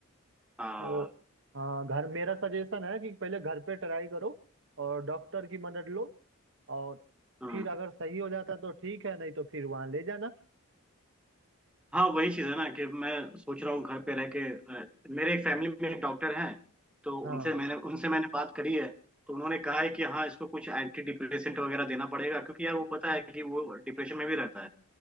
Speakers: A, in the centre; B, on the right (about 55°).
A: हाँ
B: तो हाँ घर मेरा सजेशन है कि पहले घर पे ट्राई करो और डॉक्टर की मदद लो और
A: हाँ
B: फिर अगर सही हो जाता तो ठीक है नहीं तो फिर वहां ले जाना
A: हाँ, वही चीज़ है ना कि मैं सोच रहा हूँ घर पे रह के अ, मेरे एक फैमिली में एक डॉक्टर हैं तो
B: हाँ
A: उनसे मैंने उनसे मैंने बात करी है तो उन्होंने कहा है कि हाँ इसको कुछ एंटी डिप्रेसेंट वगैरह देना पड़ेगा क्योंकि यार वो पता है कि वो डिप्रेशन में भी रहता है